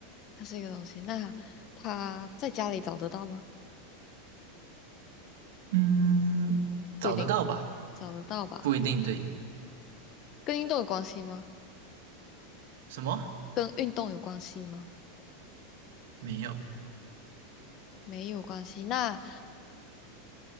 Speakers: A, on the left; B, on the right.
A: 它是一个东西。那它在家里找得到吗？
B: 嗯，找得到吧？
A: 不一定，找得到吧？
B: 不一定对。
A: 跟运动有关系吗？
B: 什么？
A: 跟运动有关系吗？
B: 没有。
A: 没有关系。那